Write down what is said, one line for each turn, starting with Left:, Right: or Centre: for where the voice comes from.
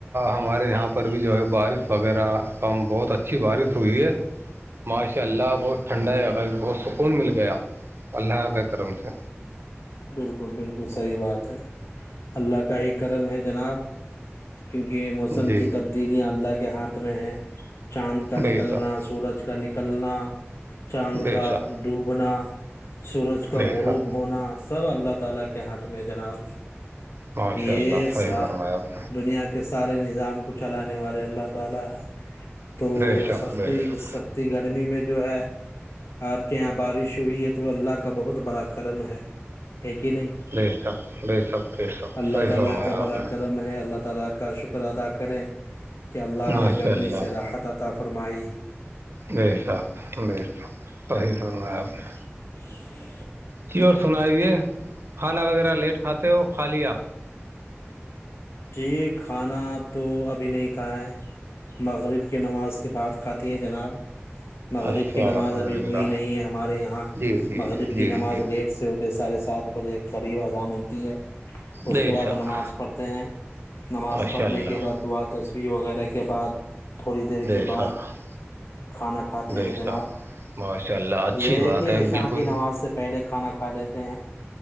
Right: ہمارے یہاں پر بھی جو ہے بارش وغیرہ کم بہت اچھی بارش ہوئی ہے ماشاء اللہ بہت ٹھنڈا ہے گا بہت سکون مل گیا اللہ کے کرم سے
Left: بالکل بالکل صحیح بات ہے اللہ کا ہی کرم ہے جناب کیونکہ موسم
Right: جی
Left: کی تبدیلیاں اللہ کے ہاتھ میں ہے چاند کا
Right: بے
Left: نکلنا
Right: شک
Left: سورج کا نکلنا چاند
Right: بے
Left: کا
Right: شک
Left: ڈوبنا سورج کا
Right: بے
Left: غروب
Right: شک
Left: ہونا سر اللہ تعالی کے ہاتھ میں ہے جناب
Right: ماشاء
Left: یہ
Right: اللہ صحیح
Left: سا
Right: فرمایا آپ
Left: دنیا کے کہ سارے نظام کو چلانے والے اللہ تعالی تو
Right: نے بے شک
Left: سختی
Right: بے شک
Left: گرمی میں جو ہے آپ کے یہاں بارش ہوئی ہے تو اللہ کا بہت بڑا کرم ہے ایک کہ نہیں
Right: بے شک بے شک بے شک
Left: اللہ
Right: صحیح
Left: تعالی
Right: فرمایا
Left: کا بڑا
Right: آپ نے
Left: ہے اللہ کا شکر ادا کریں کہ اللہ
Right: ماشاء
Left: نے گرمی
Right: اللہ
Left: سے راحت عطا فرمائی
Right: بییساک بی ساک صی تو میں آپ نہیں
Left: جی
Right: جی اور سناائیے کھانا وغیرہ لیٹ کھاتے ہو کھا لیا
Left: جی کھانا تو ابھی نہیں کھا ہے مغرب کی نماز کے بعات کھاتی ہیں جناب مغرب
Right: اچھا
Left: کی نماز
Right: الحمد
Left: ابھی
Right: للہ
Left: ہوئی نہیں ہے ہمارے یہاں
Right: جی جی
Left: مغرب
Right: جی
Left: کی نماز
Right: جی
Left: لیٹ سے ہوتے ساڑھے سات بجے قریب اذان ہوتی ہے اس
Right: بے
Left: کے بعد
Right: شک
Left: نماز پڑھتے ہیں نماز
Right: ماشاء
Left: پڑھنے
Right: اللہ
Left: کے بعد دعا تشبیح وغیرہ کے بعد تھوڑی دیر
Right: بے
Left: کے بعد
Right: شک
Left: کھانا کھاتے
Right: بے
Left: ہیں جناب
Right: شک ماشاء اللہ اچھی
Left: یہ ہے
Right: بات
Left: کہ عشا
Right: بالکل
Left: کی نماز سے پہلے کھانا کھا لیتے ہیں